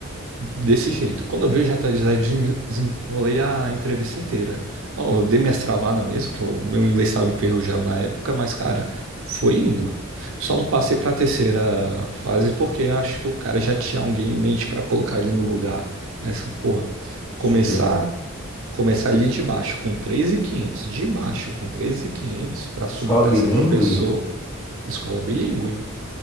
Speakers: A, on the right; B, on the left.
A: Desse jeito. Quando eu vejo, já, tá- já desen- desenrolei a entrevista inteira. Ó, eu dei minhas travadas mesmo, que o meu inglês estava enferrujado na época, mas, cara, foi indo. Só não passei para a terceira fase porque acho que o cara já tinha alguém em mente para colocar ele no lugar. Mas, pô,
B: Sobrinho.
A: começar, começar ali de baixo com 3.500, de baixo com três mil e quinhentos para subir
B: Escola
A: para
B: bilíngue,
A: ser professor, escola bilíngue.